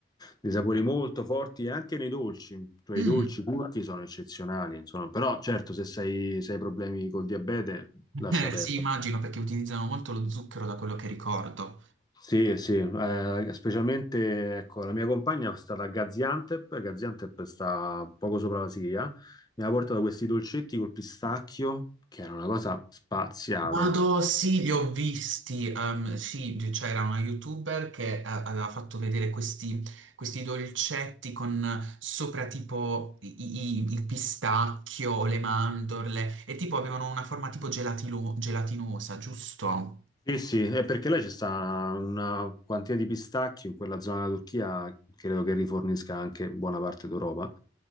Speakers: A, on the left; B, on the right.
A: dei sapori molto forti e anche nei dolci, cioè
B: Mm,
A: i dolci turchi sono eccezionali, insomma, però certo se sei- se hai problemi col diabete
B: <laughs>
A: lascia perdere.
B: Sì, immagino perché utilizzano molto lo zucchero da quello che ricordo.
A: Sì, sì, eh, specialmente ecco, la mia compagna è stata a Gaziantep, Gaziantep sta poco sopra la Siria, mi ha portato questi dolcetti col pistacchio, che era una cosa spaziale.
B: Vado, sì, li ho visti. ehm, sì, c'era una YouTuber che eh, aveva fatto vedere questi, questi dolcetti con sopra tipo i- i- il pistacchio, o le mandorle e tipo avevano una forma tipo gelatilo- gelatinosa, giusto?
A: Sì, sì, è perché là c'è sta una quantità di pistacchio in quella zona della Turchia, credo che rifornisca anche buona parte d'Europa.